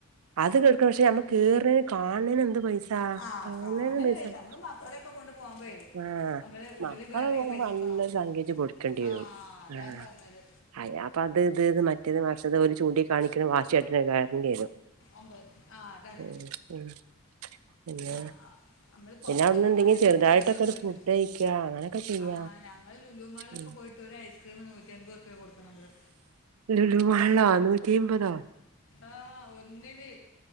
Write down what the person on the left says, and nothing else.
ആ കാണുന്ന
പൈസ നമ്മൾ മക്കളെയൊക്കെ കൊണ്ട് പോകുമ്പോഴേ
നമ്മൾ ഉള്ളിൽ
കയറണമെങ്കിൽ
പൈസ കൊടുക്കണം
ആ
അതാ
ഞാൻ പറഞ്ഞത്
ഒമ്പത് ആഹ് അതാണ്
ആഹ് നമ്മള് പൊറത്ത്ന്ന്
കാണേന്
നമ്മുക്ക് പൈസ കൊടുക്കണ്ട
ആഹ് ഞങ്ങൾ ലുലു മാളിലൊക്കെ
പോയിട്ട് ഒരു ഐസ്ക്രീമ് നൂറ്റി അമ്പപത് റുപ്യ കൊടുക്ക നമ്മള്
ആഹ് ഒന്നിന്